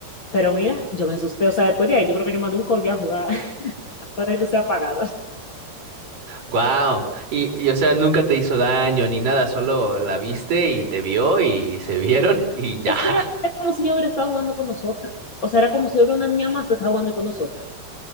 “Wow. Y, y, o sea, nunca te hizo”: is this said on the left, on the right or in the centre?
Right